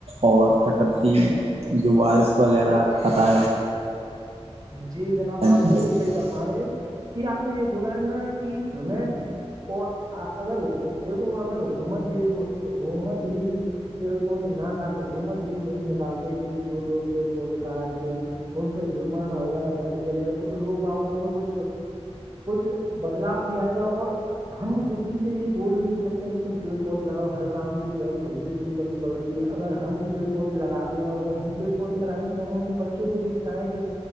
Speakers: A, on the right (about 65°); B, on the right (about 35°).
A: اور تپتی جو بارش وغیرہ پتا
B: جی جناب آپ
A: پر
B: بالکل
A: ہوگی
B: صحیح فرما رہے ہو کہ آپ نے یہ بولا ہے نا کہ ہمیں اور اگر دیکھو اگر حکومت ہی حکومت ہی پیڑ پودے نہ کاٹ حکومت یہ نیم نکالتے کہ جو لوگ پیڑ پودے کاٹتے ہیں ان پہ جرمانہ ہوگا یا دنڈ دیا جائے گا تو لوگ باگوں میں کچھ کچھ بدلاؤ بھی آئے گا اور ہم کسی سے یہ بول بھی نہیں سکتے ہیں کہ تم پیڑ پودے لگاؤ ہر کام کی پہل خود سے شرو کرنی پڑ کہ اگر ہم پیڑ پودے لگاتے ہیں اور ہم پیڑ پودے لگائیں گے تو ہم اپنے بچوں کو بھی سکھائیں کہ